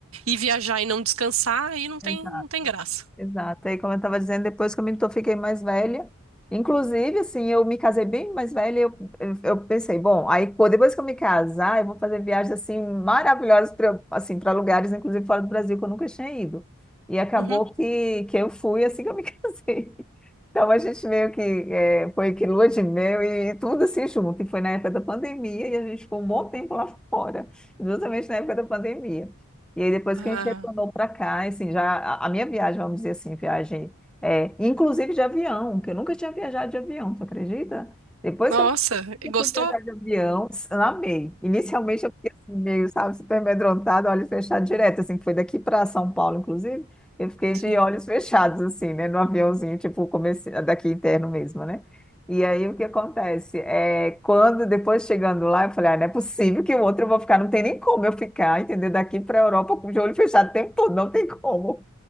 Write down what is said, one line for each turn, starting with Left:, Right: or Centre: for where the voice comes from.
Right: ir viajar e não descansar aí não tem,
Centre: sim,
Right: não tem graça.
Centre: Exato. Aí, como eu estava dizendo, depois que eu me to- fiquei mais velha, inclusive, assim, eu me casei bem mais velha, e eu, eu, eu pensei, bom, aí co- depois que eu me casar, eu vou fazer viagens, assim, maravilhosas para assim, para lugares, inclusive fora do Brasil, que eu nunca tinha ido. E acabou
Right: Uhum.
Centre: que, que eu fui assim que eu me <laughs> casei. Então, a gente meio que eh, foi que lua de mel e tudo assim junto. E foi na época da pandemia e a gente ficou um bom tempo lá fora, justamente na época da pandemia. E aí depois
Right: Ah,
Centre: que a gente retornou para cá, assim, já a, a minha viagem, vamos dizer assim, viagem, é, inclusive de avião, que eu nunca tinha viajado de avião, tu acredita? Depois
Right: nossa,
Centre: que eu me
Right: gostou?
Centre: fui viajar de avião, s- amei. Inicialmente eu fiquei assim, meio, sabe, super amedrontada, olhos fechados direto, assim, que foi daqui para São Paulo, inclusive, eu fiquei
Right: Sim.
Centre: de olhos fechados, assim, né, no aviãozinho, tipo, comecei, daqui interno mesmo, né? E aí o que acontece? É, quando depois chegando lá, eu falei, ah, não é possível que o outro eu vou ficar, não tem nem como eu ficar, entendeu? Daqui para a Europa com o olho fechado o tempo todo, não tem como.